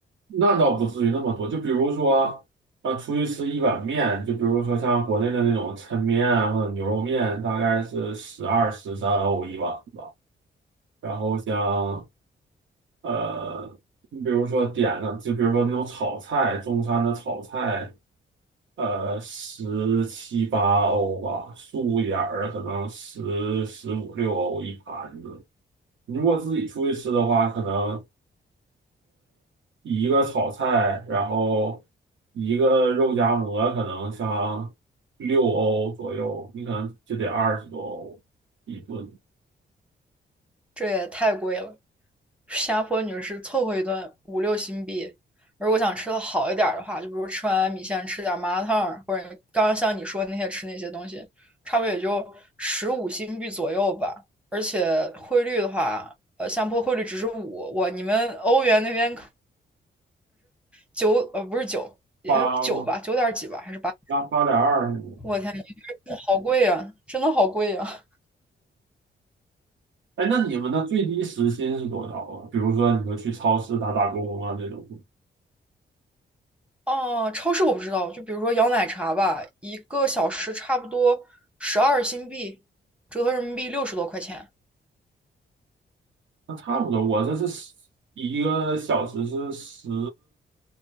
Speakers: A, on the right; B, in the centre.
A: 那倒不至于那么多，就比如说。啊，出去吃一碗面，就比如说像国内的那种抻面啊或者牛肉面，大概是十二、十三欧一碗吧。然后像呃，你比如说点上，就比如说那种炒菜，中餐的炒菜，呃，十七八欧吧，素一点儿的可能十十五六欧一盘子。你如果自己出去吃的话，可能一个炒菜，然后一个肉夹馍，可能像六欧左右，你可能就得二十多欧一顿，
B: 这也太贵了。新加坡女士凑合一顿五六新币，如果想吃的好一点的话，就比如吃完米线吃点麻辣烫，或者刚刚像你说那些吃那些东西，差不多也就十五新币左右吧。而且汇率的话，呃，新加坡汇率只是五，我你们欧元那边可九呃不是九，也九吧，
A: 八
B: 九点几吧，还是八？
A: 八八点二。
B: 我天，好贵呀，真的好贵呀！
A: 哎，那你们的最低时薪是多少啊？比如说你说去超市打打工啊这种，
B: 哦，超市我不知道，就比如说摇奶茶吧，一个小时差不多十二新币，折合人民币六十多块钱。
A: 那差不多。我这是十一个小时是十